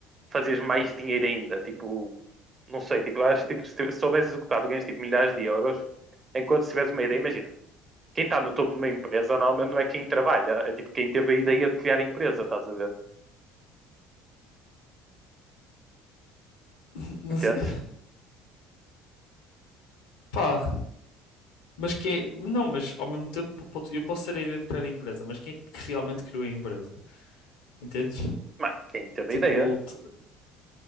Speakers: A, on the right; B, on the left.
A: fazias mais dinheiro ainda. Tipo, não sei, tipo, eu acho que tipo, se tu- se souberes executar, tu ganhas tipo, milhares de euros. Enquanto se tiveres uma ideia, imagina, quem está no topo de uma empresa normalmente não é quem trabalha, é tipo quem teve a ideia de criar a empresa, estás a ver?
B: <laughs> Mas,
A: Entendes?
B: eh, pá, mas quem é... Não, mas ao mesmo tempo pode- eu posso ter a ideia de criar a empresa, mas quem é que realmente criou a empresa? Entendes?
A: Mano, quem teve
B: Tipo,
A: a ideia.
B: t-